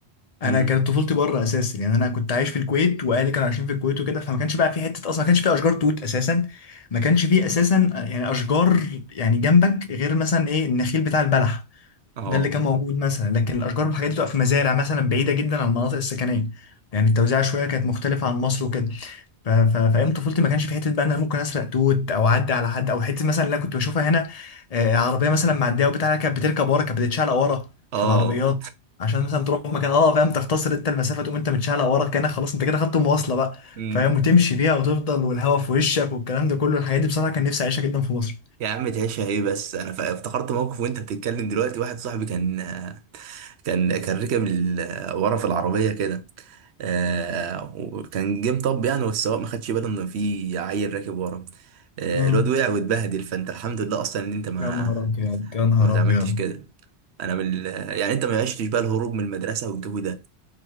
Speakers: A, on the left; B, on the right.
A: انا
B: امم
A: كانت طفولتي بره اساسا يعني انا كنت عايش في الكويت واهلي كانوا عايشين في الكويت وكده فما كانش بقى في حته اصلا ما كانش في اشجار توت اساسا ما كانش في اساسا يعني اشجار يعني جنبك غير مثلا ايه النخيل بتاع البلح
B: اه
A: ده اللي كان موجود مثلا لكن الاشجار والحاجات دي بتبقى في مزارع مثلا بعيده جدا عن المناطق السكنيه يعني التوزيع شويه كانت مختلفه عن مصر وكده ف- ف- فايام طفولتي ما كانش في حته بقى ان انا ممكن اسرق توت او اعدي على حد او حته مثلا اللي انا كنت بشوفها هنا آه، عربيه مثلا معديه وبتاع كانت بتركب ورا كانت بتتشعلق ورا
B: اه
A: في العربيات عشان مثلا تروح مكان اه فاهم تختصر انت المسافه تقوم انت متشعلق ورا كانك خلاص انت كده خدت المواصله بقى
B: امم
A: فاهم وتمشي فيها وتفضل والهوا في وشك والكلام ده كله الحاجات دي بصراحه كان نفسي اعيشها جدا في مصر
B: يا عم تعيشها ايه بس انا فا- افتكرت موقف وانت بتتكلم دلوقتي واحد صاحبي كان كان كان ركب ال- ورا في العربية كده آه وكان جه مطب يعني والسواق ما خدش باله ان في عيل راكب ورا آه
A: امم
B: الواد وقع واتبهدل فانت الحمد لله اصلا ان انت ما
A: يا نهار ابيض يا نهار
B: ما اتعملتش
A: ابيض
B: كده انا من ال- يعني انت ما عشتش بقى الهروب من المدرسة والجو ده